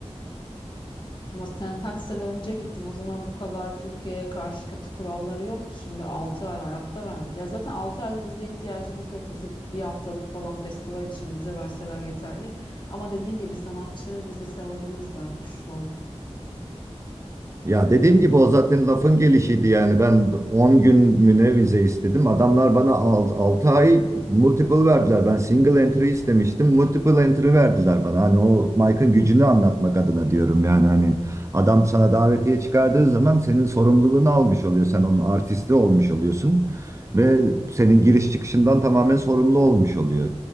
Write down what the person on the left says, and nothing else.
Ama sen kaç sene önce gittin. O zaman bu kadar Türkiye'ye karşı katı kuralları yoktu. Şimdi 6 ay hayatta vermedi. Ya zaten 6 aylık vizeye ihtiyacımız yok. Bize bir haftalık falan festival için vize verseler yeterli. Ama dediğin gibi sanatçı vizesi alabiliriz belki şov.